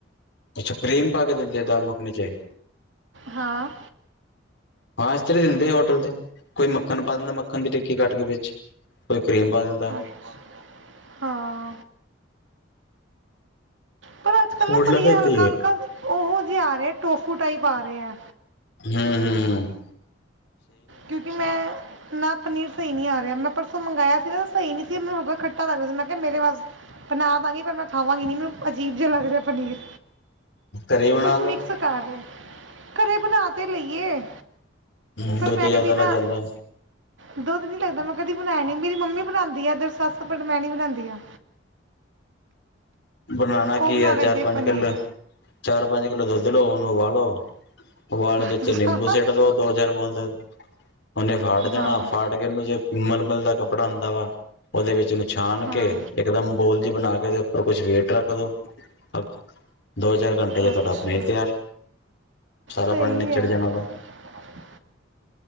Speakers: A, on the left; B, on the right.
A: ਅੱਛਾ ਕਰੀਮ ਪਾ ਕੇ ਦਿੰਦੇ ਐ ਦਾਲ ਮੱਖਣੀ ਚੇ।
B: ਹਾਂ।
A: ਹਾਂ ਇਸ ਤਰਾਂ ਈ ਦਿੰਦੇ ਐ ਹੋਟਲ ਤੇ। ਕੋਈ ਮੱਖਣ ਪਾ ਦਿੰਦਾ ਮੱਖਣ ਦੀ ਟਿੱਕੀ ਕੱਟ ਕੇ ਵਿਚ ਕੋਈ ਕਰੀਮ ਪਾ ਦਿੰਦਾ
B: ਹਾਂ। ਪਰ ਅੱਜ-ਕਲ
A: ਹੋਟਲਾਂ
B: ਨਾ ਪਨੀਰ
A: ਤੇ ਏਦਾਂ
B: ਹਲਕਾ-ਹਲਕਾ ਓਹੋ ਜਾ ਆ ਰਿਐ ਟੋਫੂਟਾ ਈ ਪਾ ਰਿਐ।
A: ਹੂੰ-ਹੂੰ
B: ਕਿਉਕੀ ਮੈਂ ਨਾ ਪਨੀਰ ਸਹੀ ਨਹੀ ਆ ਰਿਹਾ, ਮੈ ਪਰਸੋ ਮੰਗਾਇਆ ਸੀ ਨਾ ਸਹੀ ਨਹੀਂ ਮੈਨੂੰ ਖੱਟਾ ਲਗਦਾ ਸੀ, ਮੈ ਕਿਹਾ ਮੇਰੇ ਵਸ- ਬਣਾ ਦਾਂਗੀ ਪਰ ਮੈ ਖਾਵਾਂਗੀ ਨੀ ਮੈਨੂੰ ਅਜੀਬ ਜਿਹਾ ਲਗ ਰਿਹਾ ਪਨੀਰ-
A: ਘਰੇ ਬਣਾ
B: ਕੁਛ
A: ਲੋ
B: ਮਿਕਸ ਕਰ, ਘਰੇ ਬਣਾ ਤੇ ਲਈਏ-
A: ਹੂੰ
B: ਪਰ
A: ਦੁੱਧ
B: ਮੈਂ
A: ਜਿਆਦਾ
B: ਕਦੀ
A: ਲੱਗ
B: ਨਾ-
A: ਜਾਂਦਾ
B: ਦੁੱਧ ਨੀ ਲਗਦਾ, ਮੈਂ ਕਦੀ ਬਣਾਇਆ ਨੀ ਮੇਰੀ ਮੰਮੀ ਬਣਾਉਦੀ ਆ ਏਧਰ ਸੱਸ, ਪਰ ਮੈਂ ਨੀ ਬਣਾਉਦੀ ਆ।
A: ਬਣਾਉਣਾ
B: ਉਹ
A: ਕੀ
B: ਬਣਾ
A: ਐ। ਚਾਰ
B: ਲੈਂਦੀ
A: ਪੰਜ
B: ਆ ਪਨੀਰ
A: ਕਿਲੋ, ਚਾਰ ਪੰਜ ਕਿਲੋ ਦੁੱਧ ਲਓ ਉਹਨੂੰ ਉਬਾਲੋ- ਉਵਾਲ ਕੇ
B: ਅੱਛਾ
A: 'ਚ ਨਿੰਬੂ ਸਿਟ ਦੋ ਦੋ ਚਾਰ ਬੂੰਦ- ਉਹਨੇ ਫਾੜ ਜਾਣਾ,
B: ਹਾਂ
A: ਫਾੜ ਕੇ ਮਨੂੰ ਜੇ ਮਲਮਲ ਦਾ ਕੱਪੜਾ ਹੁੰਦਾ ਵਾ- ਉਹਦੇ ਵਿਚ ਨਛਾਨ ਕੇ,
B: ਹਾਂ
A: ਇਕਦਮ ਬੋਲਜੀ ਬਣਾ ਕੇ, ਉਹਦੇ ਉਪਰ ਕੁਛ- ਵੇਟ ਰੱਖਦੋ, ਅ ਦੋ- ਚਾਰ ਘੰਟੇ 'ਚ
B: ਅੱਛਾ
A: ਤੁਹਾਡਾ ਪਨੀਰ ਤਿਆਰ- ਸਾਰਾ
B: ਸਹੀ
A: ਪਾਣੀ ਨਿਚੜ
B: ਹੈ
A: ਜਾਣਾ ਗਾ।